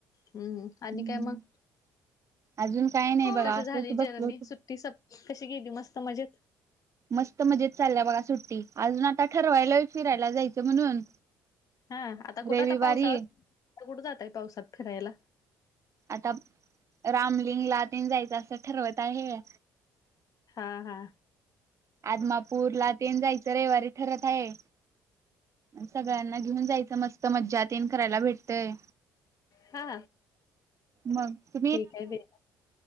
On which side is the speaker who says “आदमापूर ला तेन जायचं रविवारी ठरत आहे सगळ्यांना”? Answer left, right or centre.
Right